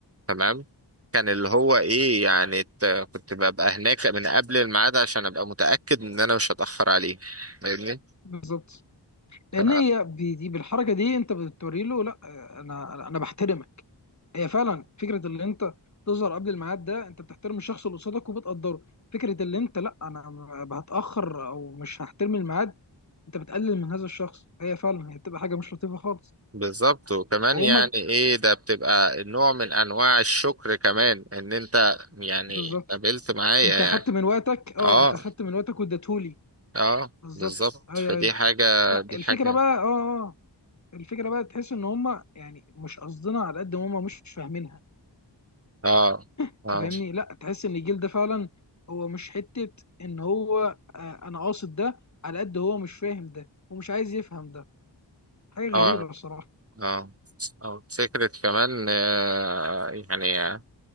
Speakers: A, on the right (about 30°); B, on the left (about 40°).
A: تمام كان اللي هو ايه يعني ت- كنت ببقى هناك من قبل الميعاد عشان ابقى متأكد ان انا مش هتأخر عليه فاهمني
B: بالظبط لان
A: ف-
B: هي بي- دي بالحركه دي انت بتوري له لا آه، انا انا أنا بحترمك هي فعلا فكره اللي انت تظهر قبل الميعاد ده انت بتحترم الشخص اللي قصادك وبتقدره فكره اللي انت لا انا م- هتاخر او مش هحترم الميعاد انت بتقلل من هذا الشخص هي فعلا هي بتبقى حاجه مش لطيفه خالص
A: بالظبط وكمان
B: وهما
A: يعني ايه ده بتبقى نوع من انواع الشكر كمان ان انت يعني
B: بالظبط
A: قابلت معايا
B: انت
A: يعني
B: اخدت من وقتك اه
A: اه
B: انت اخدت من وقتك واديتهولي
A: اه
B: بالظبط
A: بالظبط
B: ايوه
A: فدي
B: ايوه
A: حاجة
B: لا
A: دي
B: الفكره
A: حاجة
B: بقى اه أه. الفكره بقى تحس ان هم يعني مش قصدنا على قد ما هم مش فاهمينها
A: اه
B: انت
A: اه
B: فاهمني لا تحس ان الجيل ده فعلا هو مش حته ان هو آه، انا قاصد ده على قد هو مش فاهم ده ومش عايز يفهم ده حاجه غريبه
A: اه
B: بصراحه
A: اه او فكرة كمان آه، يعني آه،